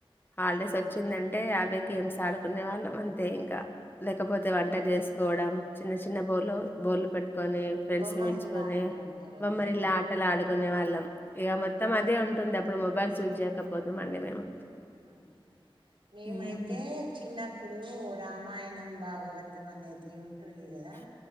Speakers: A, on the left; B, on the right.
A: హాడేస్
B: అవును
A: వచ్చింద అం అంటే యాభై గేమ్స్ ఆడుకునే వాళ్ళం అంతే ఇంకా లేకపోతే వంట చేసుకోవడం చిన్న చిన్న బోలు బోర్లు పెట్టు పెట్టుకొని ఫ్రెండ్స్
B: బొమ్మరిల్లా
A: ని పిల్చుకొని
B: ఆటలు అంటారు అవి
A: బొమ్మరిల్లు
B: ఆ
A: ఆటలు ఆడుకొని ఆడుకునే వాళ్ళం ఇక మొత్తం
B: ఉమ్
A: అదే ఉంటుంది అప్ అప్పుడు మొబైల్స్ యూజ్ చేకపోదు మండి మేము
B: అవును మేమైతే
A: హ్మ్.
B: చిన్న ఇప్పుడు రామాయణం భాగవతం అనేది ఉ ఉంటాయి కదా